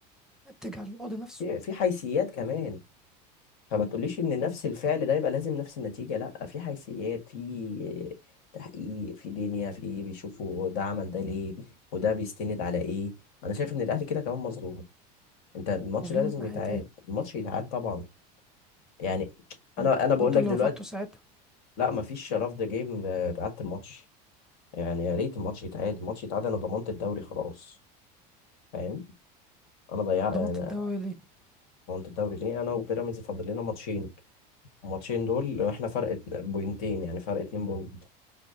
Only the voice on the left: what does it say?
في في حيثيات كمان فما تقوليش ان نفس الفعل ده يبقى لازم نفس النتيجه لا في حيثيات في تحقيق في دنيا في بيشوفوا ده عمل ده ليه وده بيستند على ايه انا شايف ان الاهلي كده كمان مظلوم انت الماتش
ده لازم
يتعاد
الماتش يتعاد طبعا يعني
انا انا بقول
لك
دلوقتي
لا مفيش رفض جاي بعد الماتش يعني يا ريت الماتش يتعاد الماتش يتعاد انا ضمنت الدوري خلاص فاهم انا ضيعت
انا
ضمنت الدوري ليه انا وبيراميدز فاضل لنا ماتشين الماتشين دول احنا فرق ات- بوينتين يعني فرق اتنين بوينت